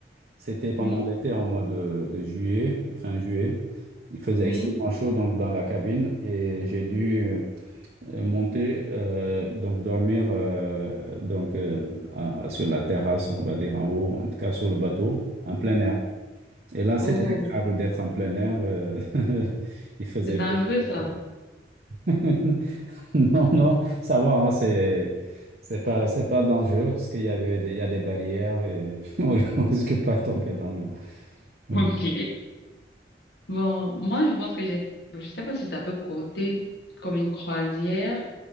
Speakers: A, on the right; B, on the left.
A: C'était pendant
B: oui,
A: l'été, en mois de, de juillet, fin juillet. Il faisait
B: oui.
A: excessivement chaud donc dans la cabine et j'ai dû euh, monter euh, donc dormir euh, donc euh, à- sur la terrasse, on va dire en haut, en tout cas sur le bateau, en plein air. Et là, c'était
B: Oh.
A: agréable d'être en plein air. euh, <laughs> il faisait
B: C'est dangereux,
A: beaucoup de
B: ça.
A: froid. <laughs> <laughs> Non, non, ça va, hein, c'est, c'est pas, c'est pas dangereux parce qu'il y avait des, il y a des barrières et <laughs> on on risque pas de tomber dans l'eau. Ouais,
B: Ok. Bon, moi, je pense que j'ai, bon, je sais pas si ça peut compter comme une croisière,